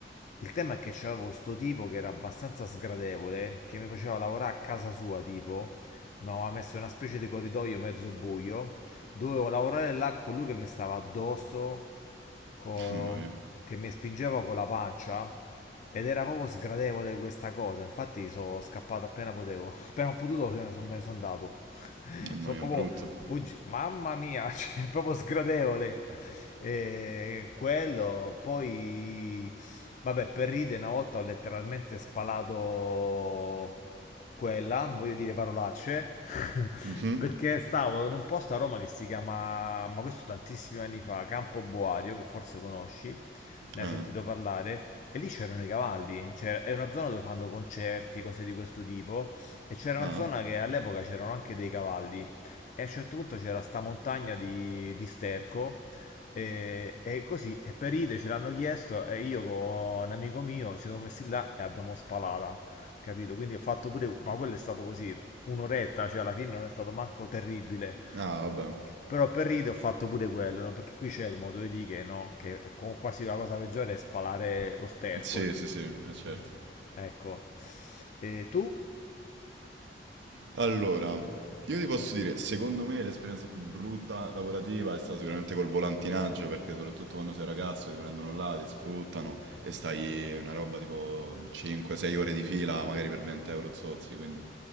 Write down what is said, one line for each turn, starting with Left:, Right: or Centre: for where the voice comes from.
Left: Il tema è che c'avevo sto tipo che era abbastanza sgradevole, che mi faceva lavorare a casa sua, tipo, mi aveva messo in una specie di corridoio mezzo buio dovevo lavorare là con lui che mi stava addosso, co-
Right: Mamma mia,
Left: che mi spingeva con la pancia ed era proprio sgradevole questa cosa. Infatti sono scappato appena potevo, <laughs> appena ho potuto se ne son- me ne sono andato. <laughs>
Right: mamma
Left: Sono
Right: mia,
Left: proprio
Right: brutto.
Left: fuggito, mamma mia, <laughs> cioè, è proprio sgradevole. E quello, poi, vabbè, per ride una volta ho letteralmente spalato quella, non voglio dire parolacce, <laughs>
Right: Mhm.
Left: perché stavo in un posto a Roma che si chiama, ma questo tantissimi anni fa, Campo Boario, che forse conosci, ne
Right: Eh.
Left: hai sentito parlare, e lì c'erano i cavalli, cioè è una zona dove fanno concerti, cose di questo tipo, e c'era una
Right: Ah.
Left: zona che all'epoca c'erano anche dei cavalli, e a un certo punto c'era sta montagna di, di sterco, e, e così, e per ide ce l'hanno chiesto, e io con un amico mio ci siamo messi là e abbiamo spalata capito? Quindi ho fatto pure, ma quello è stato così, un'oretta, cioè alla fine non è stato manco terribile,
Right: Ah, vabbè.
Left: però per ride ho fatto pure quello, no? Perché qui c'è il modo di dire, no? Che è co- quasi la cosa peggiore è spalare lo sterco,
Right: Sì, sì, sì, è certo.
Left: diciamo. Ecco. E tu?
Right: Allora, io ti posso dire, secondo me l'esperienza più brutta lavorativa è stata sicuramente col volantinaggio, perché soprattutto quando sei ragazzo ti prendono là, ti sfruttano e stai una roba tipo 5-6 ore di fila, magari per 20 euro zozzi, quindi